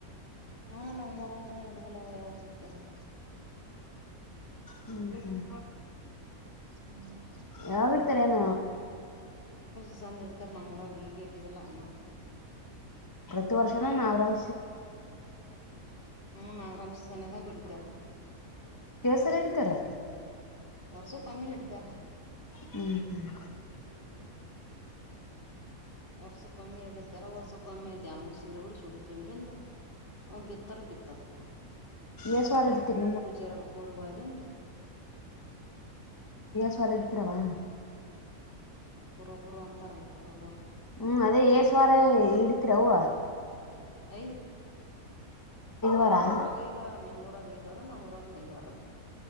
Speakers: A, on the left; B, on the left.
A: ಹಾ ನಮೂರಕನ ಹಿಡ್ದಲ್ವ ಯಾವಾಗ ಇಡ್ತಾರ ನಾ
B: ಹ್ಮ್ ಹ್ಮ್
A: ಹ್ಮ್
B: ಯಾವಾಗಡ ತಿರಾನ
A: ಂದ್ ಹಿಡಿತಾರೆ ನಮ್ಮ ಹೊರಗೆ ಈಗ ಹಿಡಿದಿಲ್ಲಾ ಏ
B: ತ್ತು ವರ್ಷ ನಾ ಆರಾಮ
A: ಹ್ಮ ನಾಗರಾಮಸನ್ನದ ವಿಡ ತ್ತ
B: ಸಲಡಿತಾರೆ
A: ವರ್ಸವ ಕಮ್ಮಿ ಹಿಡ್ತಾರ
B: ಹ್ಮ್ ಹ್ಮ್
A: ಹ್ಮ ವರ್ಸ ಕಮ್ಮಿ ಎ ತರ ವರ್ಸಕ್ಕ ಒಮ್ಮೆ ದ್ಯಾಮೋ ಶೀರೆ ಉಡಿ ಸುಡಿಿತ ಬಿಂದು ಬಿತ್ತಾರ ಬಿತ್ತತ್
B: ಏಸು ವಾರ ಹಿಡಿತೀರಿ
A: ಪೂಜಾರ್ರ ಕೂರ್ವ ಅದಿಂದ
B: ಸವರ ಎತರವಾ
A: ಕುರಬರು ಅಂತಾರಲ್ಲ ಕುರಬರು
B: ಹ್ಮ್ ಅದೇ ಏಸ ವಾರ ಹಿಡತಿರ ಅವ
A: ಐದು
B: ವಾರ
A: ಎಲ್ಲ ಊರ ಕೈದವಾರ ನಿಮ್ಮೂರು ರಾಗ ಐದ್ ವಾರ ನಮ್ಮೂರಾಗ ನಐದ್ ವಾರಾನೇ